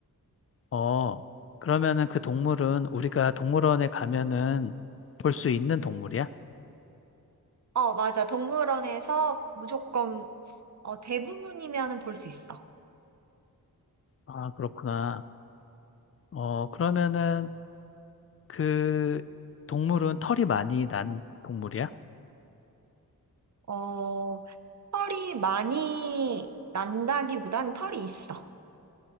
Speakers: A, on the left (about 40°); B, on the right (about 50°).
A: 어, 그러면은 그 동물은 우리가 동물원에 가면은 볼 수 있는 동물이야?
B: 어, 맞아. 동물원에서 무조건, 어, 대부분이면은 볼 수 있어.
A: 아, 그렇구나. 어, 그러면은 그 동물은 털이 많이 난 동물이야?
B: 어, 털이 많이 난다기보다는 털이 있어.